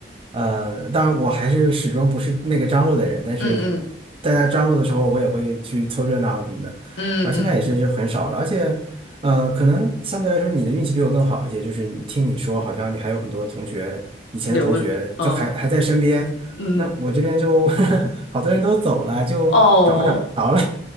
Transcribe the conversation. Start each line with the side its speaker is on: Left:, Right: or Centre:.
Right: 呃，当然我还是始终不是那个张罗的人，但是
Left: 嗯嗯
Right: 大家张罗的时候，我也会去凑热闹什么的。
Left: 嗯嗯，
Right: 然后现在也是就很少了，而且，呃，可能相对来说你的运气比我更好一些，就是你听你说，好像你还有很多同学，以前的同学就还还在身边，
Left: 留，嗯嗯，
Right: 那我这边就 <laughs> 好多人都走了，就找不着了，
Left: 哦。